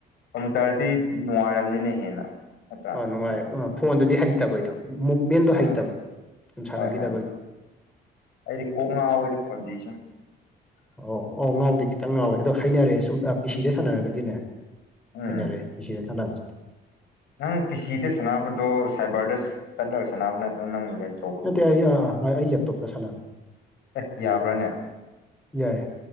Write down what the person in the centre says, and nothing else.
ꯑꯥ ꯅꯨꯡꯉꯥꯏꯔꯦ ꯑ ꯐꯣꯟꯗꯨꯗꯤ ꯍꯩꯇꯕ ꯑꯩꯗꯣ ꯃꯨꯞꯃꯦꯟꯗꯣ
ꯍꯩꯇꯕ ꯁꯨꯝ ꯁꯥꯟꯅꯒꯤꯗꯕꯒꯤ
ꯑꯣ ꯑꯣ ꯉꯥꯎꯗꯤ ꯈꯤꯇꯪ ꯉꯥꯎꯋꯦ ꯑꯗꯣ ꯍꯩꯅꯔꯦ ꯁꯨꯝ ꯄꯤ ꯁꯤꯗ ꯁꯥꯟꯅꯔꯒꯗꯤꯅꯦ
ꯍꯩꯅꯔꯦ ꯄꯤꯁꯤꯗ ꯁꯥꯟꯅꯕꯗꯨꯗꯤ
ꯅꯠꯇꯦ ꯑꯩ ꯑꯥ ꯑꯥ ꯑꯩ ꯂꯦꯞꯇꯣꯞꯇ ꯁꯥꯟꯕꯅꯤ
ꯌꯥꯏ